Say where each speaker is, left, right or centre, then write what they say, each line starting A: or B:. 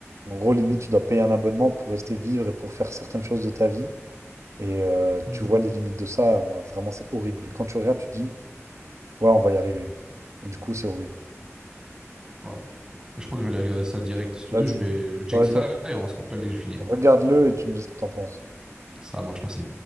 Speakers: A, on the right (about 75°); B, on the right (about 15°).
A: En gros, limite, tu dois payer un abonnement pour rester vivre et pour faire certaines choses de ta vie. Et euh,
B: hmm.
A: tu vois les limites de ça, ouais, vraiment, c'est horrible. Et quand tu regardes, tu te dis, ouais, on va y arriver. Et du coup, c'est horrible.
B: Wow. Mais je crois que je vais aller regarder ça direct. Si tu
A: Vas-y,
B: veux, je vais, je vais check
A: on va
B: ça
A: dire,
B: et on se rappelle dès que j'ai fini.
A: regarde-le et tu me dis ce que t'en penses.
B: Ça marche, merci.